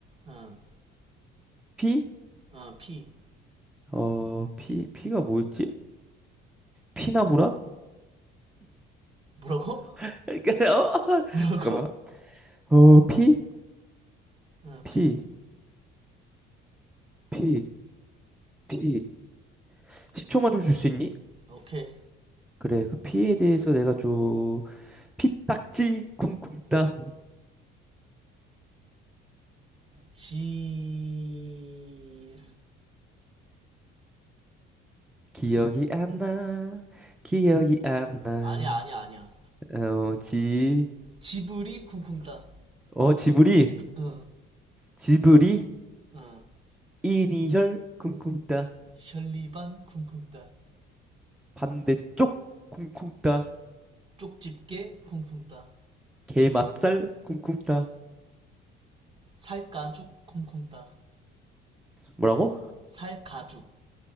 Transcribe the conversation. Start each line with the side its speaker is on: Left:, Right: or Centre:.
Right: 응.
Centre: 피.
Right: 응. 피.
Centre: 어, 피, 피가 뭐 있지? 피나무라?
Right: 뭐라고?
Centre: <laughs> 그러니까, 어,
Right: <laughs> 뭐라고?
Centre: 잠깐만. 어, 피?
Right: 응.
Centre: 피,
Right: 피.
Centre: 피, 피. 10초만 좀 줄 수 있니?
Right: 오케이.
Centre: 그래, 그 피에 대해서 내가 좀, 피딱지, 쿵쿵딱지.
Right: 지.
Centre: 기억이 안 나, 기억이 안 나.
Right: 아니야 아니야 아니야.
Centre: 어, 지,
Right: 지브리 쿵쿵따
Centre: 어, 지브리,
Right: 어,
Centre: 지브리,
Right: 어.
Centre: 이니셜, 쿵쿵따.
Right: 셜리반 쿵쿵따
Centre: 반대쪽, 쿵쿵따.
Right: 쪽집게 쿵쿵따
Centre: 게맛살, 쿵쿵따.
Right: 살가죽 쿵쿵따
Centre: 뭐라고?
Right: 살가죽